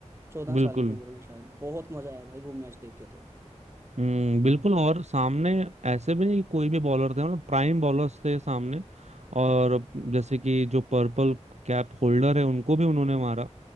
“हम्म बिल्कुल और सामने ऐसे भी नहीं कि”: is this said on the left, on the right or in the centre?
Right